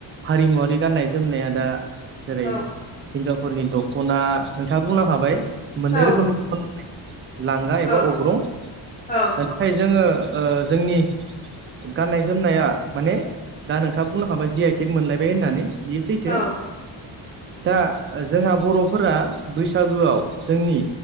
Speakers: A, on the right; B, on the left.
A: हारिमुवारि गाननाय जोमनाया दा जेरै
B: औ
A: हिनजावफोरनि दखना नोंथाङा बुंलांखाबाय। मोननै
B: औ
A: रोखोमनि <inaudible> लांगा एबा
B: औ
A: अग्रं।
B: औ
A: नाथाय जोङो ओ जोंनि गाननाय जोमनाया माने दा नोंथाङा बुंलांखाबाय जि आइ टेक मोनलायबाय होननानै। बेयो सैथो।
B: औ
A: दा जोंहा बर'फोरा बैसागुआव जोंनि